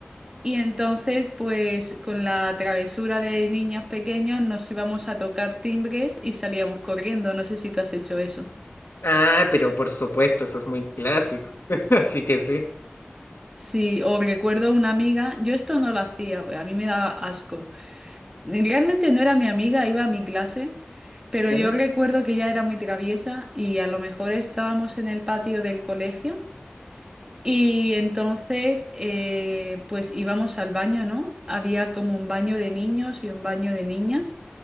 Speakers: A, on the right; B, on the left.
A: y entonces pues con la travesura de niños pequeños nos íbamos a tocar timbres y salíamos corriendo. No sé si tú has hecho eso.
B: Ah, pero por supuesto, eso es muy clásico. <laughs> Así que sí.
A: Sí, o recuerdo una amiga, yo esto no lo hacía, a mí me daba asco. Realmente no era mi amiga, iba a mi clase, pero
B: ¿Ya?
A: yo recuerdo que ella era muy traviesa y a lo mejor estábamos en el patio del colegio y entonces eh, pues íbamos al baño, ¿no? Había como un baño de niños y un baño de niñas